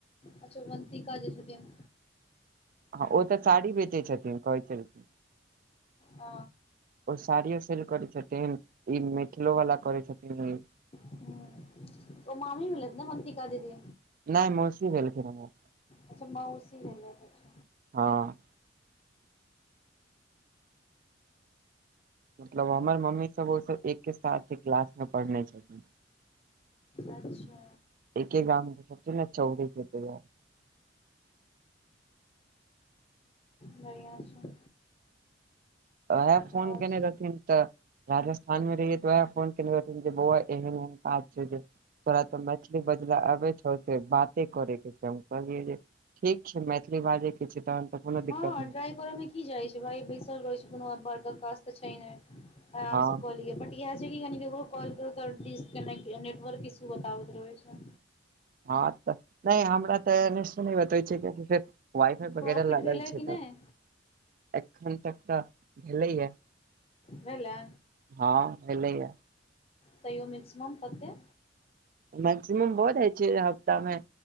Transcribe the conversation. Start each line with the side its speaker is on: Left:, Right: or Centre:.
Left: अच्छा अवन्तिका जे छथिन
Right: हँ ओ तऽ साड़ी बेचैत छथिन कहै छलखिन
Left: ओ
Right: ओ साड़ियो सेल करै छथिन ई मिथिलो वाला करै छथिन ई
Left: ह ओ मामी भेलथि ने ओ अवन्तिका दीदी
Right: नइ मौसी भेलखिन हमर
Left: अच्छा मौसी भेलैथ
Right: हँ मतलब हमर मम्मीसभ ओसभ एक्के साथ क्लासमे पढ़ने छथिन
Left: अच्छा
Right: एक्के गामके सब ने चौ <unintelligible>
Left: बढ़ियाँ छै
Right: उएह फोन
Left: आओर
Right: केने रहथिन तऽ राजस्थान मे रहियै तऽ वएह फोन केने रहथिन जे बौआ एहन वहन काज छै जे तोरा तऽ मैथिली बजला आबै छौ से बाते करे के छै हम कहलियै जे ठीक छै मैथिली बाजे के छै तहन तऽ कोनो दिक्कत
Left: हँ
Right: नहि
Left: ट्राइ करऽ मे की जाइ छै भाइ बैसल रहै छै कोनो बड़का काज तऽ छै नइ आरामसँ
Right: हँ
Left: क लिय बर इएह छै कि कनि केकरो कॉल करू तऽ डिस्कनेक्ट नेटवर्क इश्यू बताबैत रहै छै
Right: हँ तऽ नइ हमरा तऽ एन इसु नइ बतबै छै कियेकि फेर वाइ फाई
Left: प्रॉफिट
Right: वगैरह लागल
Left: भेलै
Right: छै
Left: कि
Right: तऽ
Left: नहि
Right: एखन तक तऽ भेलैये
Left: भेल ये
Right: हँ भेलैये
Left: तैयो मक्सिमम कते
Right: मैक्सिमम भ जाइ छैय हफ्तामे